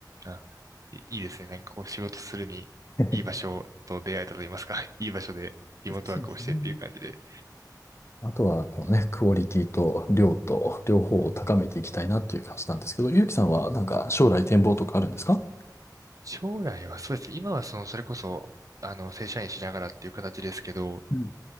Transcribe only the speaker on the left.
<laughs>
そうですね。あとは、このね、クオリティと量と両方を高めていきたいなっていう感じなんですけど、ゆうきさんはなんか将来展望とかあるんですか
うん、